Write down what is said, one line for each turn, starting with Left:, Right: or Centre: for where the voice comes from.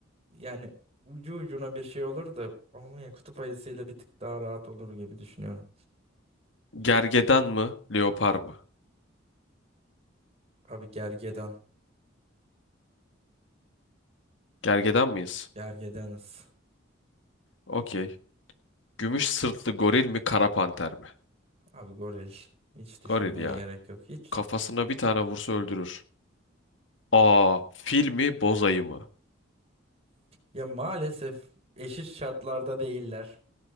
Right: yani ucu ucuna bir şey olur da ama ya kutup ayısıyla bir tık daha rahat olur gibi düşünüyorum.
Left: Gergedan mı? Leopar mı?
Right: Abi gergedan.
Left: Gergedan mıyız?
Right: Gergedanız.
Left: Okey. Gümüş sırtlı goril mi? Kara panter mi?
Right: Abi goril hiç düşünmeye
Left: Goril ya.
Right: gerek yok. Hiç
Left: Kafasına bir tane vursa öldürür. Aa, fil mi? Boz ayı mı?
Right: ya maalesef eşit şartlarda değiller.